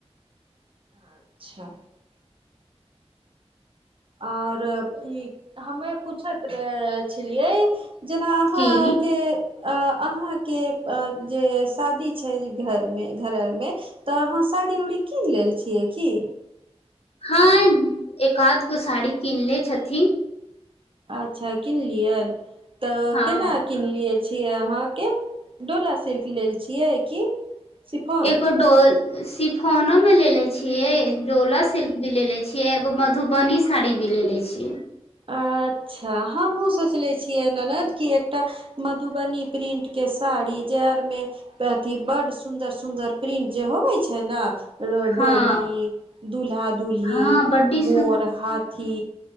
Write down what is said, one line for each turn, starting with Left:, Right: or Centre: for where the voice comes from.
Right: अच्छा। आओर ई हमे पूछैत रह छलियै। जेना अहाँके।
Left: की
Right: अ अहाँके जे शादी छै घर मे घरर मे। तऽ अहाँ साड़ी उड़ी कीन लेल। छियए किी।
Left: हँ एक आध गो साड़ी किनले छथिन।
Right: अच्छा किनलियै। तऽ
Left: हँ
Right: केना किनलियै। छियै अहाँके डोला सिल्क लेल छियै की। शिफॉन
Left: एको डोर। शिफोनोमे लेे छियै डोला सिल्क भी लेे छियै एगो मधुबनी साड़ी भी लेे छियै।
Right: अच्छा हँ बो स ले छियै ननद कि। एकटा मधुबनी प्रिंट के साड़ी जे आर मे अथी बड सुदर सुदर प्रिंट जे होवे छै ने।
Left: हँ
Right: डोल दुल्हा दुलही
Left: हँ बड्डी
Right: मोर हाथी।